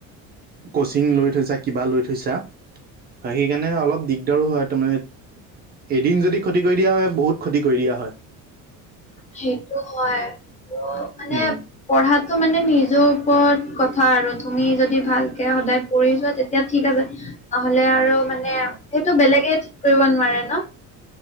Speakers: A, on the right; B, on the left.
A: কচিং লৈ থৈছা কিবা লৈ থৈছা। সেইকাৰণে অলপ দিগদাৰো হয় তোৰমানে। এদিন যদি খতি কৰি দিয়া হয় বহুত খতি কৰি দিয়া হয়।
B: সেইটো হয় মানে
A: উম
B: পঢ়াত। মানে নিজৰ ওপৰত কথা আৰু তুমি যদি ভালকে সদায় পঢ়ি যোৱা তেতিয়া। ঠিক আছে, নহলে আৰু মানে সেইটো বেলেগে কৰিব নোৱাৰে ন।